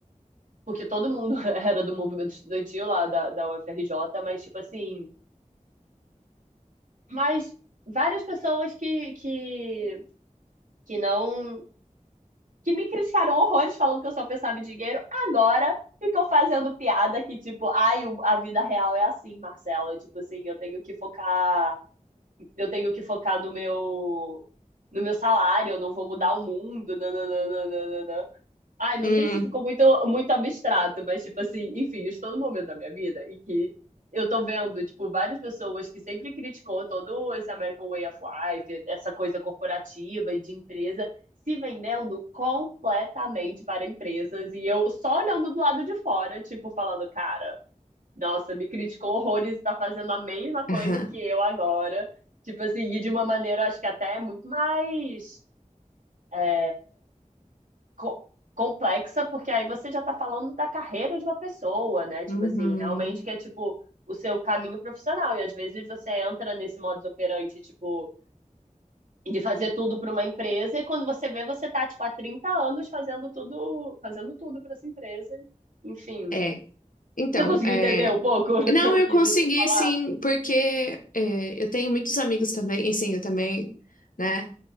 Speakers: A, on the right; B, on the left.
A: porque todo mundo <laughs> era do movimento estudantil lá da, da UFRJ, mas tipo assim, mas várias pessoas que, que, que não que me criticaram horrores falando que eu só pensava em dinheiro, agora ficam fazendo piada que, tipo, ai, a vida real é assim, Marcelo. Tipo assim, eu tenho que focar, eu tenho que focar no meu, no meu salário, eu não vou mudar o mundo. nananana. Ai, não
B: Hum,
A: sei se ficou muito, muito abstrato, mas, tipo assim, enfim, eu estou no momento da minha vida em que eu tô vendo, tipo, várias pessoas que sempre criticou todo esse American Way of Life, essa coisa corporativa e de empresa, se vendendo completamente para empresas. E eu só olhando do lado de fora, tipo, falando, cara, nossa, me criticou horrores e tá fazendo a mesma coisa
B: aham,
A: que eu agora. Tipo assim, e de uma maneira, acho que até é muito mais é, co- complexa, porque aí você já tá falando da carreira de uma pessoa, né? Tipo
B: uhum.
A: assim, realmente que é tipo o seu caminho profissional. E às vezes você entra nesse modus operandi, tipo, de fazer tudo para uma empresa, e quando você vê, você tá, tipo, há 30 anos fazendo tudo, fazendo tudo para essa empresa. Enfim.
B: É, então,
A: Você conseguiu
B: é...
A: entender um pouco <laughs> o
B: Não,
A: que eu
B: eu
A: quis
B: consegui
A: dizer- falar?
B: sim, porque é, eu tenho muitos amigos também, e sim, eu também, né,